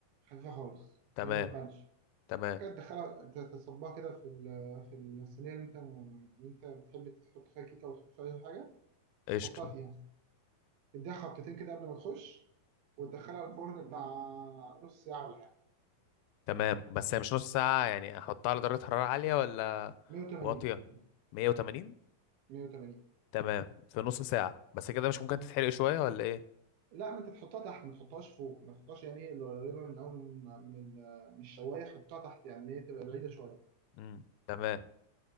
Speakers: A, on the right; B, on the left.
A: خفيفة خالص
B: تمام
A: اللي هي ما تبانش
B: تمام
A: كده تدخلها ت- تصبها كده في ال- في الصينية اللي انت اللي انت بتحب تحط فيها كيكة وتحط فيها أي حاجة
B: قشطه
A: تحطها فيها تديها خبطتين كده قبل ما تخش وتدخلها الفرن بتاع نص ساعة ولا حاجة
B: تمام بس هي مش نص ساعه يعني احطها على درجه حراره عاليه ولا
A: 180
B: واطيه 180
A: 180
B: تمام في نص ساعة بس كده مش ممكن
A: بص
B: تتحرق شوية ولا ايه
A: لا ما انت تحطها تحت ما تحطهاش فوق ما تحطهاش يعني ايه القريبة من اول من من ال- من الشواية حطها تحت يعني اللي هي تبقى بعيدة شوية
B: امم تمام